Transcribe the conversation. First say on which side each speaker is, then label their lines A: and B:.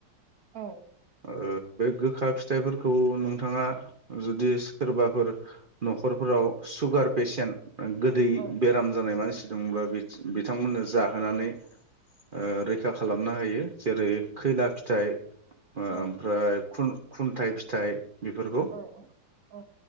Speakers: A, on the right; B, on the right.
A: औ
B: ओ बे गोखा फिथाइफोरखौ नोंथाङा जुदि सोरबाफोर न'खरफोराव सुगार पेसेन्ट गोदै
A: औ
B: बेराम जानाय मानसि दंब्ला बिथ-बिथांमोननो जाहोनानै ओ रैखा खालामना होयो जेरै खैला फिथाइ आ
A: औ
B: ओमफ्राय खुन-खुन्थाइ फिथाइ। बेफोरखौ
A: औ औ